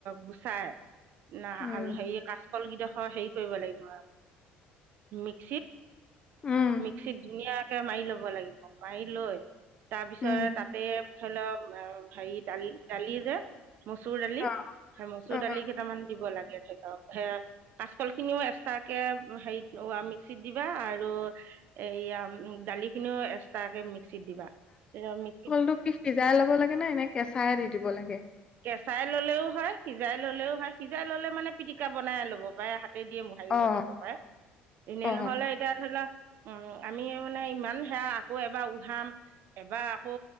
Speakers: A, on the right; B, on the left.
A: গুচাই ন
B: উম,
A: হেৰি কাচকল কেইডোখৰ হেৰি কৰিব লাগিব মিক্সিত
B: উম,
A: মিক্সিত ধুনীয়াকে মাৰি ল'ব লাগিব মাৰি লৈ তাৰপিছতে
B: উম,
A: তাত সেই ধৰি লক হেৰি ডাল ডালি যে মচুৰ দালি
B: অ',
A: সেই মচুৰ
B: অ',
A: দালি কেইটামান দিব লাগে ধৰিলক সে কাচকল খিনিও এক্সট্ৰাকে হেৰিত মিক্সিত দিবা আৰু এয়া দালি খিনিও এক্সট্ৰাকে মিক্সিত দিবা মিক্সিত
B: টো কি সিজাই ল'ব লাগে ন এনে কেঁচাই দি দিব লাগে
A: কেঁচাই ললেও হয় সিজাই ললেও হয় সিজাই ললে মানে পিটিকা বনাই ল'ব পাৰে হাত হাতে দিয়ে মোহাৰি
B: অ',
A: বনাব পাৰে এনে
B: অ',
A: নহলে এতিয়া ধৰি লোৱা উ আমি মানে ইমান সেয়া আকৌ এবাৰ উহাম এবাৰ আকৌ